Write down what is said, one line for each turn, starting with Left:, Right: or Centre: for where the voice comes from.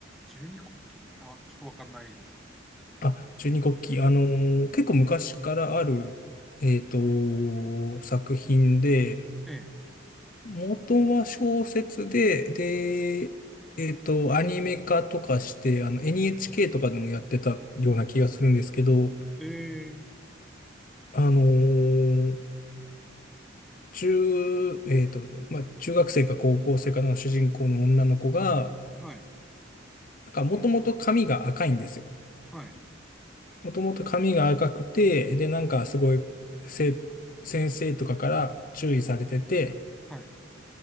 Centre: 十二国旗、あ、ちょっとわかんないですね。
Left: あ、十二国旗、あのー結構昔からある、えっと、作品で、
Centre: え
Left: 元は小説で、で、えっと、アニメ化とかして、あの、NHK とかでもやってたような気がするんですけど、
Centre: え、ええ、
Left: あのー中、えっと、まあ、中学生か高校生かの主人公の女の子が、
Centre: はい、
Left: なんかもともと髪が赤いんですよ。
Centre: はい、
Left: もともと髪が赤くて、で、なんかすごい、せ、先生とかから注意されてて、
Centre: はい、